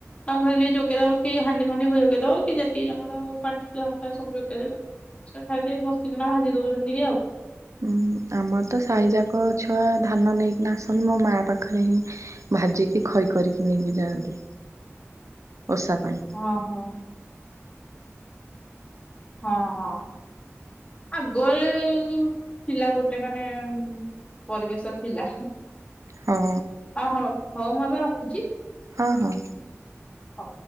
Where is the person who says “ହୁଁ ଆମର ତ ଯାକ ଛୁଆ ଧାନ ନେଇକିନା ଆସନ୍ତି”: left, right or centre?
Right